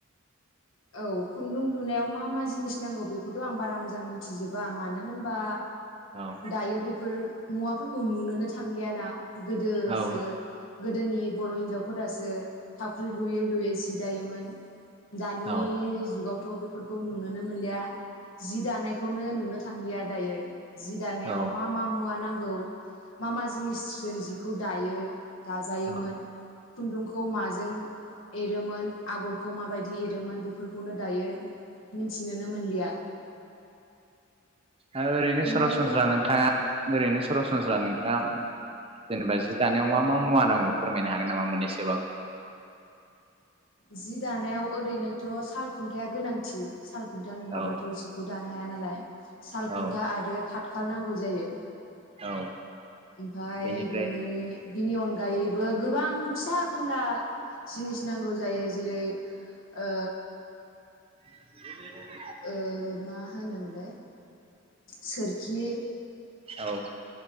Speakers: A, on the left; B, on the right.
A: औ खुन्दुं लुनायाव मा मा जिनिस नांगौ बेखौथ' आं बारा मोजां मिथिजोबा मानो होनबा
B: औ
A: दायो बेफोर मुवाफोरखौ नुनोनो थांलियाना। गोदोसो
B: औ
A: गोदोनि बर' हिन्जावफोरासो थावख्रि लुयै लुयै जि दायोमोन। बे
B: औ
A: जुगाव थ' बेफोरखौ नुुनोनो मोनलिया जि दानायखौनो नुनो थांलिया दायो। जि दानायाव
B: औ
A: मा मा मुवा नां गौ मा मा जिनिस जों जिखौ दायो। दाजायोमोन।
B: औ
A: खुन्दुंखौ माजों एरोमोन आगरखौ माबायदि एर मोन बेफोरखौनो दायो मिथिनोनो मोनलिया।
B: ए ओरैनो
A: बेनिखायनो
B: सरासनस्रा नोंथाङा ओरैनो सरासनस्रा नोंथांआ दा जेनेबा जि दानायाव मा मा मुवा नांगौ फोरमायनो हागोन नामा मोननैसोबाबो?
A: जि दानायाव ओरैनो थ' साल खुन्थाया गोनांथि साल खुन्था नङाबाथ'
B: औ
A: जिखौ दानो हाया नालाय। सालखुन्था
B: औ
A: आरो थात खाल नांगौ जायो।
B: औ
A: ओमफाय
B: बेनिफ्राय
A: बिनि बिनि अनगायैबो गोबां फिसा फेनला जिनिस नांगौ। जायो जेरै ओ
B: <inaudible>
A: ओ मा होनोमोनलाय सोरखि
B: औ।